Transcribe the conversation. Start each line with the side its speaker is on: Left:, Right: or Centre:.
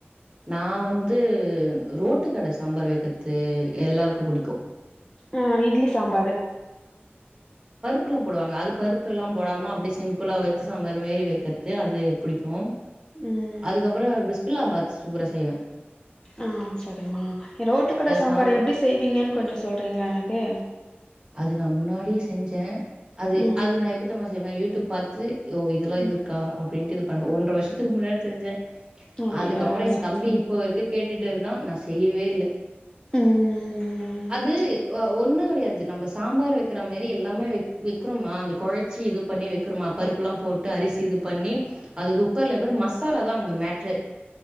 Right: நா வந்து ரோட்டு கட சாம்பார் வக்றது எல்லாருக்கு புடிக்கு
Left: ம் இட்லி சாம்பாரு
Right: ப்புலா போடுவாங்க அது பருப்புலா போடாம அப்டியே சிம்பிளா வெஜ்ஜி சாம்பாரு மாரி வெக்கற்து அது புடிக்கு
Left: ம்
Right: அதுக்கப்றோ பிஸ்பில்லாபாத் சூப்பரா செய்வே
Left: ஆஹ் சரிமா ரோட்டுக்கட சாம்பார்
Right: சாம்ப
Left: எப்டி செய்வீங்கன்னு கொஞ்ஜோ சொல்றீங்ளா எனக்கு
Right: அது நா‌ முன்னாடியே செஞ்ஜே அது
Left: ம்
Right: அது நா எப்பதெம்மா செ சரிமா யூடியூப் பாத்து யோ இதெல்லா
Left: ம்
Right: இதுருக்கா அப்டின்ட்டு பன் ஒன்றர வருஷத்துக்கு முன்னாடி செஞ்ஜே
Left: அப்டியா
Right: அதுக்கப்றோ ஏ
Left: சரி
Right: தம்பி
Left: சரி
Right: இப்ப வரைக்கு கேட் ட்டுடு இருக்கா நா செய்யவே இல்ல
Left: ம்
Right: அது ஒன்னு கெடையாது இது நம்ப சாம்பார் வக்கிற மாரி இல்லாம வெக்கிறமா அந்த கொழச்சி இது பண்ணி வெக்கிறமா பருப்புலா போட்டு அரிசி இது பண்ணி அது குக்கர்ல மசாலா தா அங்க மேட்ரு